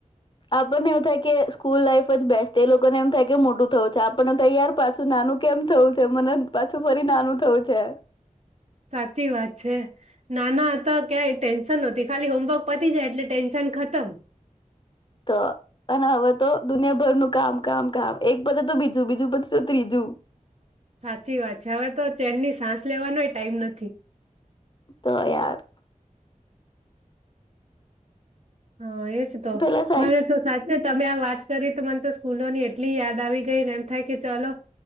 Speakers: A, on the left; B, on the right.
A: આપણને એવું થાય કે સ્કૂલ લાઈફ જ બેસ્ટ એ લોકોને એમ થાય કે મોટું થયું છે આપ <unintelligible> તૈયાર પાછું નાનું કેમ થવું છે મને પાછું ફરી નાનું થવું છે
B: સાચી વાત છે નાના હતા ક્યાંય ટેન્શન નહોતી ખાલી હોમવર્ક પતી જાય એટલે ટેન્શન ખતમ
A: તો અને હવે તો દુનિયાભરનું કામ કામ કામ એક પતે તો બીજું બીજું પત્સે ત્રીજું
B: સાચી વાત છે હવે તો ચેનની સાસ લેવાનો એ ટાઈમ નથી
A: તો યાર.
B: હા એજ તો,
A: પેલા સાયન્સ
B: મને તો સાચે તમે આ વાત કરી તો મને તો સ્કૂલો ની એટલી યાદ આવી ગઈને એમ થાય કે ચાલો